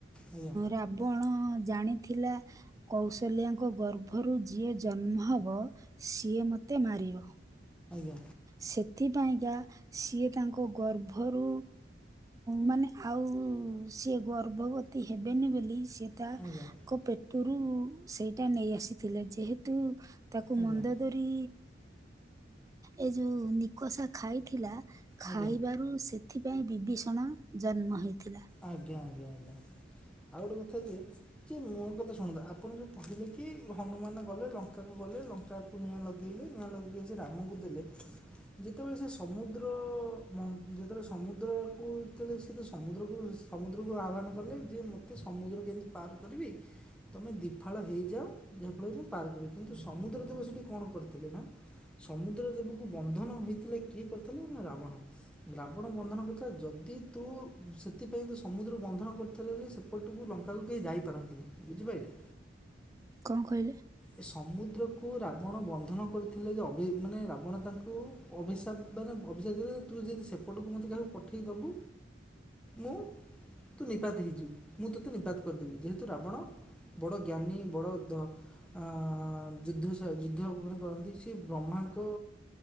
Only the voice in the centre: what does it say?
ଆଜ୍ଞା
ହଁ
ଆଜ୍ଞା
ଆଜ୍ଞା
ଆଜ୍ଞା
ଆଜ୍ଞା ଆଜ୍ଞା ଆଜ୍ଞା। ଆଉ ଗୋଟେ କଥା ଯେ ଯେ ମୋ କଥା ଶୁଣନ୍ତୁ ଆପଣ ଯୋଉ କହିଲେ କି ହନୁମାନ ଗଲେ ଲଙ୍କାକୁ ଗଲେ କଲେ ଲଙ୍କାକୁ ନିଆଁ ଲଗେଇଲେ ନିଆଁ ଲଗେଇ ଆସି ରାମକୁ ଦେଲେ। ଯେତେବେଳେ ସେ ସମୁଦ୍ର ଓ ଯେତେବେଳେ ସମୁଦ୍ର କୁ ସେ ତ ସମୁଦ୍ରକୁ ସମୁଦ୍ରକୁ ଆହ୍ୱବାନ କଲେ ଯେ ମୋତେ ସମୁଦ୍ର କେମିତି ପାର କରିବି ତମେ ଦିପାଳ ହେଇ ଯାଉ ଯାହାଫଳରେ କି ମୁଁ ପାର୍କରେ କିନ୍ତୁ ସମୁଦ୍ର ଦେବ ସେଇଠି କଣ କରିଥିଲେ ନା ସମୁଦ୍ର ଦେବକୁ ବନ୍ଧନ ହେଇଥିଲା କିଏ କରିଥିଲେ ନା ରାବଣ ରାବଣ ବନ୍ଧନ କରିଥିଲା ଯ ଯଦି ତୁ ସେଥିପାଇଁ ତ ସମୁଦ୍ରକୁ ବନ୍ଧନ କରିଥିଲେଳେ ସେପଟକୁ ଲଙ୍କାକୁ କେହି ଯାଇପାରନ୍ତିନି ବୁଝିପାରିଲେ।
ଏ ସମୁଦ୍ରକୁୁ ରାବଣ ବନ୍ଧନ କରିଥିଲେ ଯେ ଅଭି ମାନେ ରାବଣ ତାଙ୍କୁ ଅଭିଶାପ ମ ଅଭିଶାପ ତୁ ଯଦି ସେପଟକୁ ମୋତେ କାହାକୁ ପଠେଇ ଦେବୁ ମୁଁ <inaudible> ତୁ ନିପାତ ହେଇଯିବୁ ମୁଁ ତୋତେ ନିପାତ କରିଦେବି ଯେହେତୁ ରାବଣ ବଡ଼ ଜ୍ଞାନୀ ବଡ଼ ଧ ଆଃ ଯୁଦ୍ଧ ଯୁଦ୍ଧମାନେ କରନ୍ତି ସେ ବ୍ରହ୍ମାଙ୍କ